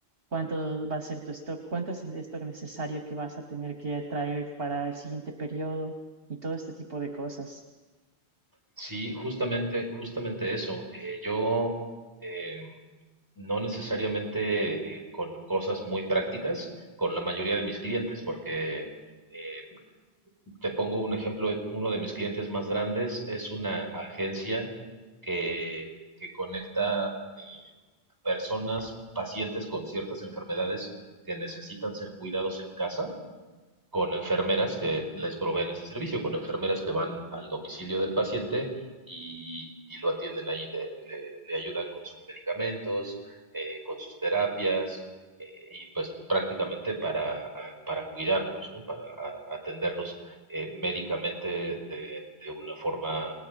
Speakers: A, on the right; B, on the right.
A: cuánto va a ser tu stock, cuánto es el stock necesario que vas a tener que traer para el siguiente periodo y todo este tipo de cosas.
B: Sí, justamente, justamente eso. Eh, yo eh, no necesariamente eh, con cosas muy prácticas con la mayoría de mis clientes, porque eh, Te pongo un ejemplo, uno de mis clientes más grandes es una agencia que, que conecta eh, personas, pacientes con ciertas enfermedades que necesitan ser cuidados en casa con enfermeras que les proveen ese servicio, con enfermeras que van al domicilio del paciente y, y lo atienden ahí, le, le- le ayudan con sus medicamentos, eh, con sus terapias, eh, y pues prácticamente para, a- para cuidarlos, ¿no? Para a- atenderlos eh, médicamente de, de una forma